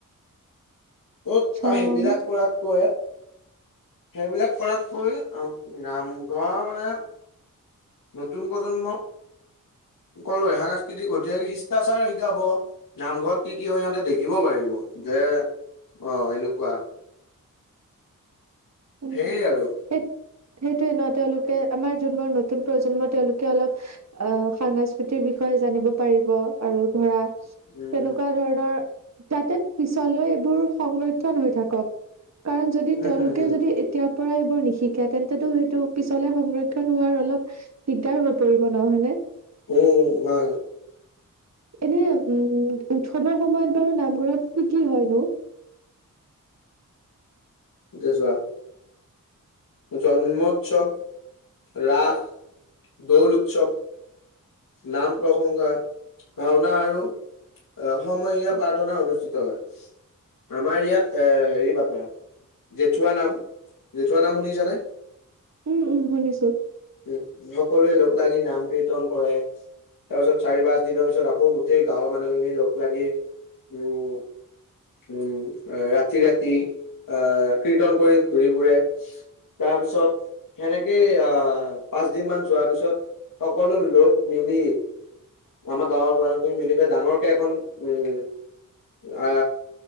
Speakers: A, on the left (about 75°); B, on the right (about 50°).
A: ত'
B: চাওহে
A: তাৰ সেইবিলাক কৰাতকৈ সেইবিলাক কৰাতকৈ আৰু নামঘৰ মানে নতুন প্ৰজন্ম কলোৱে সাংস্কৃতিক ঐতিহাসিক শিকষ্টাচাৰ শিকাব নামঘৰত কি কি হয় সিহঁতে দেখিব পাৰিব যে অ এনেকুৱা
B: উম
A: সে আৰু
B: সেই সেইটোয়ে ন তেওঁলোকে আমাৰ যোনবোৰ নতুন প্ৰজন্ম তেওঁলোকে অলপ আ সংস্কৃতিৰ বিষয়ে জানিব পাৰিব আৰু ধৰা
A: উম
B: তেনেকুৱা ধৰণৰ যাতে পিছলৈ এইবোৰ সংৰক্ষন হৈ থাকক কাৰণ যদি
A: হম
B: তেওঁলোক
A: হম হম
B: এতিয়াৰ পৰাই এইবোৰ নিশিকে তেন্তেতো সেইটো পিছলে সংৰক্ষণ হোৱাৰ অলপ দিগদাৰ হৈ পৰিব নহয় নে
A: উম না
B: এনে উম উৎসৱৰ সময়ত বাৰু নামঘৰত কি কি হয় নো
A: যোৱা জন্ম উৎসৱ ৰাস দৌল উৎসৱ নাম প্ৰসংগা ভাওনা আৰু আ সমহীয়া প্ৰাৰ্থনা অনুষ্ঠিত হয় আমাৰ ইয়াত এ হেৰি পাতা হয় জেঠুৱা নাম জেঠুৱা নাম শুনিছানে
B: উম উম শুনিছো
A: উম সকলোৱে লগ লাগি নাম কীৰ্তন কৰে তাৰ পিছত চাৰি পাঁচ দিনৰ পিছত আকৌ গোটেই গাঁৱৰ মানুহখিনি লগ লাগি উম উম ৰাতি ৰাতি আ কীৰ্তন কৰি ঘূৰিবোৰে তাৰ পিছত সেনেকেই আ পাঁচ দিনমান যোৱাৰ পিছত সকলো লোক মিলি আমাৰ গাঁৱৰ মানুহখিনি মিলি কৰি ডাঙৰকে এখন উম আ